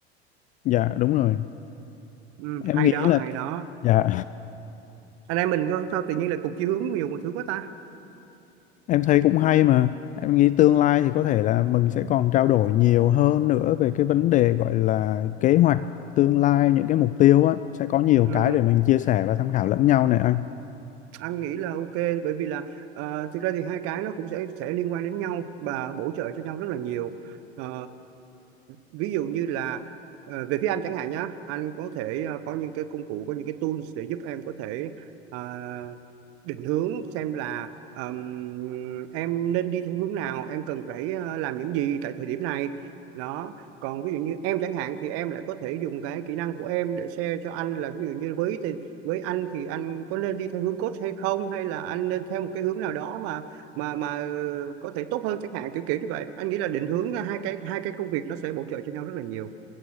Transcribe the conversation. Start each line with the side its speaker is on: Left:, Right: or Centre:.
Left: Dạ đúng rồi.
Right: ừ,
Left: Em
Right: hay
Left: nghĩ
Right: đó
Left: là
Right: hay đó
Left: dạ
Right: anh em mình sao sao tự nhiên là cùng chí hướng nhiều một thứ quá ta
Left: Em thấy cũng hay mà. Em nghĩ tương lai thì có thể là mình sẽ còn trao đổi nhiều hơn nữa về cái vấn đề gọi là kế hoạch tương lai, những cái mục tiêu á. Sẽ có nhiều
Right: ừ.
Left: cái để mình chia sẻ và tham khảo lẫn nhau này anh.
Right: anh nghĩ là ok bởi vì là ờ, thực ra thì hai cái nó cũng sẽ sẽ liên quan đến nhau và bổ trợ cho nhau rất là nhiều Ờ, ví dụ như là ờ, về phía anh chẳng hạn nhá anh có thể ờ, có những cái công cụ có những cái tools để giúp em có thể ờ, định hướng xem là ờm, em nên đi theo hướng nào em cần phải ờ, làm những gì tại thời điểm này đó còn ví dụ như em chẳng hạn thì em lại có thể dùng cái kỹ năng của em để share cho anh là ví dụ như với với anh thì anh có nên đi theo hướng coach hay không hay là anh nên theo một cái hướng nào đó mà mà mà ờ, có thể tốt hơn chẳng hạn kiểu kiểu như vậy anh nghĩ là định hướng hai cái hai cái công việc nó sẽ bổ trợ cho nhau rất là nhiều